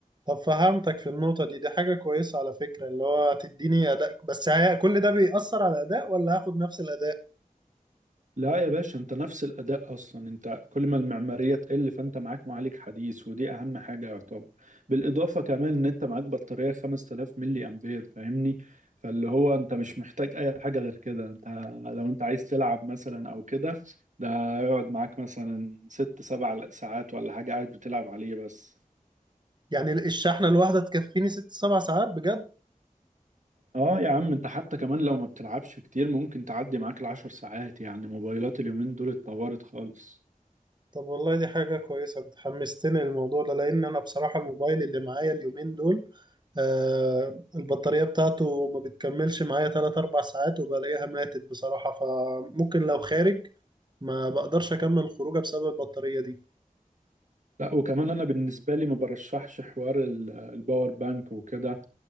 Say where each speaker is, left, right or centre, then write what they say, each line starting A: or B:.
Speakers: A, on the right; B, on the right.
A: طب فهمتك في النقطة دي دي حاجة كويسة على فكرة اللي هو تديني أداء بس هي كل ده بيأثر على الأداء ولا هاخد نفس الأداء
B: لا يا باشا انت نفس الاداء اصلا انت كل ما المعماريه تقل فانت معاك معالج حديث ودي اهم حاجه يعتبر بالاضافه كمان ان انت معاك بطاريه 5000 ملي امبير فاهمني فاللي هو انت مش محتاج اي حاجه غير كده انت لو انت عايز تلعب مثلا او كده ده يقعد معاك مثلا ست سبع ساعات ولا حاجه قاعد بتلعب عليه بس
A: يعني الشحنة الواحدة تكفيني ست سبع ساعات بجد
B: اه يا عم انت حتى كمان لو ما بتلعبش كتير ممكن تعدي معاك العشر ساعات يعني موبايلات اليومين دول اتطورت خالص
A: طب والله دي حاجة كويسة انت حمستني للموضوع ده لان انا بصراحة الموبايل اللي معايا اليومين دول آه البطارية بتاعته ما بتكملش معايا 3 4 ساعات وبلاقيها ماتت بصراحة فممكن لو خارج ما بقدرش اكمل الخروجه بسبب البطارية دي
B: لا وكمان انا بالنسبه لي ما برشحش حوار ال- الباور بانك وكده